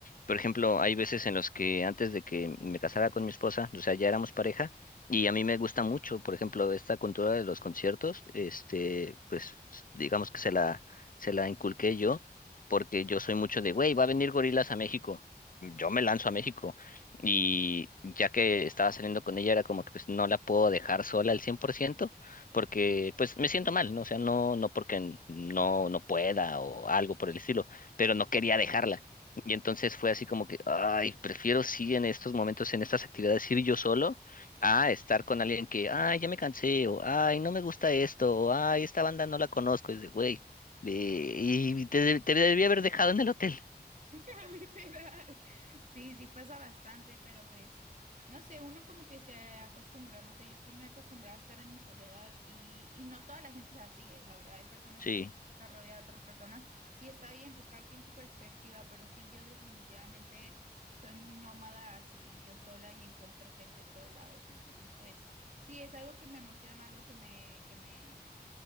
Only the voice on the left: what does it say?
por ejemplo, hay veces en los que antes de que me casara con mi esposa, o sea, ya éramos pareja, y a mí me gusta mucho, por ejemplo, esta cultura de los conciertos, este, pues s- digamos que se la, se la inculqué yo, porque yo soy mucho de, güey, va a venir Gorilas a México. Yo me lanzo a México y ya que estaba saliendo con ella era como que pues no la puedo dejar sola al 100%, porque pues me siento mal, ¿no? O sea, no, no porque n- no, no pueda o algo por el estilo, pero no quería dejarla. Y entonces fue así como que, ay, prefiero sí en estos momentos, en estas actividades, ir yo solo a estar con alguien que, ay, ya me cansé, o ay, no me gusta esto, o ay, esta banda no la conozco, es de, güey, eh, y te, de- te debí haber dejado en el hotel.
Sí.